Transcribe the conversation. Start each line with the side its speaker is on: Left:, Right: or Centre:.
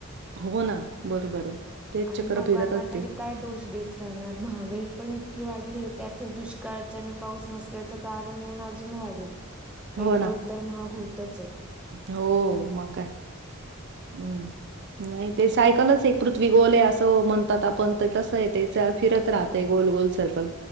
Right: हो ना बरोबर आहे. तेच
Centre: आणि
Right: चक्र
Centre: लोकांना
Right: फिरत असते.
Centre: तरी काय दोष देत त राहणार महागाई पण इतकी वाढली आहे त्यात हे दुष्काळाच आणि पाऊस नसल्याचं कारण होऊन अजून वाढेल. पेट्रोल
Right: हो ना.
Centre: तर महाग होतच आहे.
Right: हो म काय हो ना नाही ते सायकलच एक पृथ्वी गोल आहे असं म्हणतात आपण ते तसं ये तेच्या फिरत राहतय गोल गोल सर्कल.